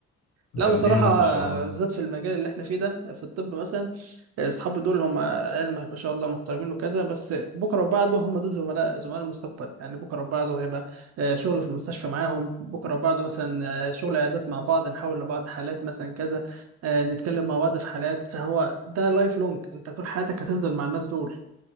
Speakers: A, on the right; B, on the left.
A: لا
B: جامدين
A: بصراحه
B: موت ما شاء الله
A: بالذات في المجال اللي احنا فيه ده في الطب مثلا اصحابي دول هم قال ما ما شاء الله محترمين وكذا بس بكره وبعده هم دول زملاء زملاء المستقبل يعني بكره وبعده هيبقى آه، شغل في المستشفى معاهم بكره وبعده مثلا آه، شغل عيادات مع بعض نحاول لبعض حالات مثلا كذا آه، نتكلم مع بعض في حالات فهو ده لايف لونج انت طول حياتك هتفضل مع الناس دول